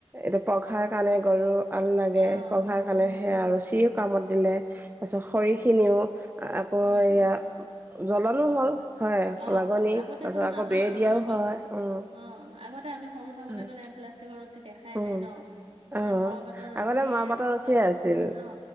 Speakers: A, on the right (about 20°); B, on the right (about 70°).
A: এতিয়া পঘাৰ কাৰণে গৰু আল লাগে,
B: অ অ
A: পঘাৰ কাৰণে
B: অ
A: সেয়া আৰু ৰচিও কামত দিলে। তাপিছত খৰি
B: উম
A: খিনিও আকৌ
B: উম
A: এয়া
B: উম
A: জলনো হল হয়
B: অ
A: লাগনি
B: আগতেতোন
A: তাৰপিছত আকৌ
B: আমাৰ
A: বেৰ দিয়াও
B: আমি
A: হয় উম
B: অ আগতে আমি সৰু থাকোতে
A: হয়
B: তোন ইয়াত প্লাষ্টিকৰ ৰচী দেখাই
A: উম
B: নাই ন?
A: অ
B: এ মাপাটৰ
A: আগতে
B: ৰছীয়ে
A: মাহ পাতৰ ৰছিয়ে
B: চব
A: আছিল
B: অ।